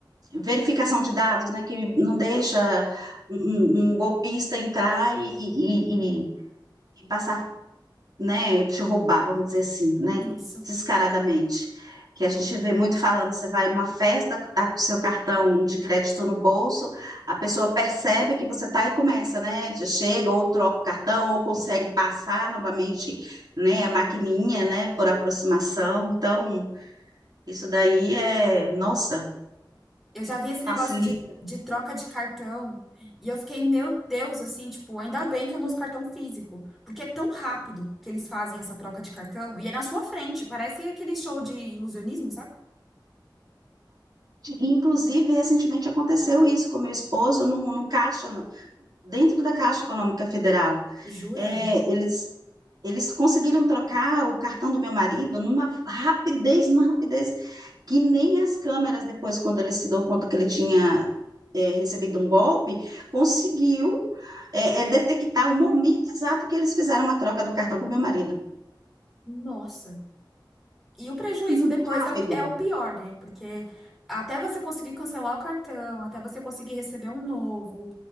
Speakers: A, on the right (about 55°); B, in the centre.
A: verificação de dados, né? Que não deixa um, um- um golpista entrar e, e, e- e- e passar né, te roubar, vamos dizer assim, né,
B: isso.
A: descaradamente. Que a gente vê muito falando, você vai a uma festa, tá com o seu cartão de crédito no bolso, a pessoa percebe que você tá e começa, né? Já chega, ou troca o cartão, ou consegue passar novamente, né, a maquininha, né, por aproximação. Então, isso daí é, nossa,
B: Eu já vi esse
A: facilita.
B: negócio de, de troca de cartão e eu fiquei, meu Deus, assim, tipo, ainda bem que eu não uso cartão físico, porque é tão rápido que eles fazem essa troca de cartão e é na sua frente, parece aquele show de ilusionismo, sabe?
A: Inclusive, recentemente aconteceu isso com meu esposo no, no caixa, no- dentro da Caixa Econômica Federal.
B: Jura?
A: É, eles Eles conseguiram trocar o cartão do meu marido numa rapidez, numa rapidez, que nem as câmeras, depois, quando ele se deu conta que ele tinha é, recebido um golpe, conseguiu é, é, detectar o momento exato que eles fizeram a troca do cartão com o meu marido.
B: Nossa. E o prejuízo
A: Muito
B: depois
A: rápido,
B: é o, é o pior, né? Porque até você conseguir cancelar o cartão, até você conseguir receber um novo,